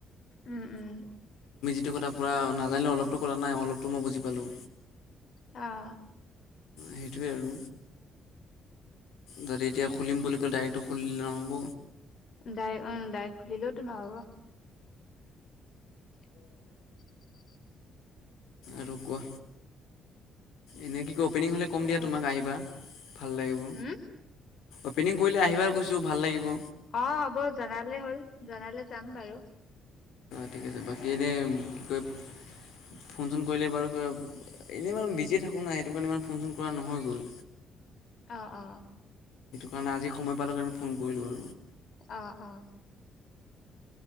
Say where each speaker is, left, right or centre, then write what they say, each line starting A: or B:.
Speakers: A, on the left; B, on the left.
A: উ'ম, উ'ম।
B: সেইটো কথা পোৰা নাজানিলে, অলপতো ত মই বুজি পালোঁ,
A: অ'
B: সেইটোৱে আৰু। যদি এতিয়া খুলিম বুলি ক'লে ডাইৰেক্টটো খুলি দিলে নহ'ব
A: ডাই অ, ডাইক খুলিলেওতো নহব। উম।
B: আৰু কোৱা? এনেক কি অপেনিং হ'লে কম
A: আৰু
B: দিয়া তোমাক আহিবা ভাল লাগিব।
A: হম
B: অপেনিং কৰিলে আহিবা কৈছোঁ ভাল লাগিব।
A: অ হ'ব জনালে হ'ল জনালে যাম বাৰু
B: ঠিক আছে বাকী এনেই কি কয়। ছ, ফোন চোন কৰিলে বাৰু কিবা এনেই মমান বিজিয়ে থাকোঁ নাই সেইটো কাৰণে ইমান ফোন চোন কৰা নহয়গৈ।
A: অ অ,
B: মানে আজি সময় পালে কাৰণে ফোন কৰিলো আৰু
A: অ অ,